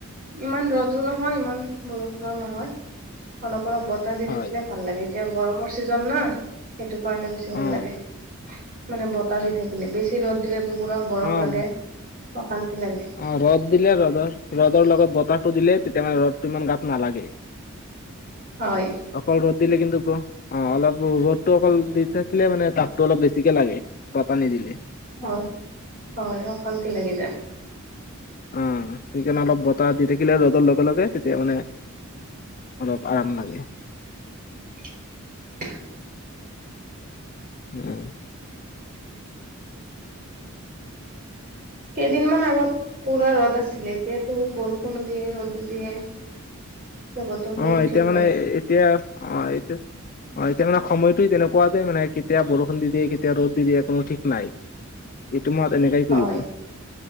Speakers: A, on the right (about 40°); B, on the left (about 40°).
A: ইমান ৰ'দো নহয় ইমান বৰষুণো নহয়। অলপ অলপ বতাহ দি
B: হয়
A: থাকিলে ভাল লাগে, এতিয়া গৰমৰ ছিজন না সেইটো। কাৰনে বেছি
B: অ'
A: ভাল লাগে। মানে বতাহ দি থাকিলে, বেছি ৰ'দ দিলে তো পুৰা গৰম
B: অ'
A: লাগে অশান্তি লাগে।
B: অ ৰ'দ দিলে ৰ'দৰ, ৰ'দৰ লগত বতাহটো দিলে তেতিয়া মানে ৰ'দটো ইমান গাত নালাগে।
A: হয়।
B: অকল ৰ'দ দিলে কিন্তু ক অ অলপ ৰ'দটো অকল দি থাকিলে মানে তাপটো অলপ বেছিকে লাগে বতাহ নিদিলে।
A: হয় হয় অশান্তি লাগি যায়।
B: আহ সেইকাৰণে অলপ বতাহ দি থাকিলে ৰ'দৰ লগে লগে তেতিয়া মানে অলপ আৰাম লাগে।
A: <unintelligible>
B: উম।
A: কেইদিনমান আগত পুৰা ৰ'দ আছিলে এতিয়াতো বৰষুণো দিয়ে ৰ'দো দিয়ে। <inaudible>
B: অ এতিয়া
A: ঠিকে
B: মানে
A: আছে
B: এতিয়া অ এতিয়া অ এতিয়া মানে সময়ত তেনেকুৱা যে মানে কেতিয়া বৰষুণ দি দিয়ে কেতিয়া ৰ'দ দি দিয়ে কোনো ঠিক নাই। তোমাক এনেকাই
A: হয়
B: কৰিব।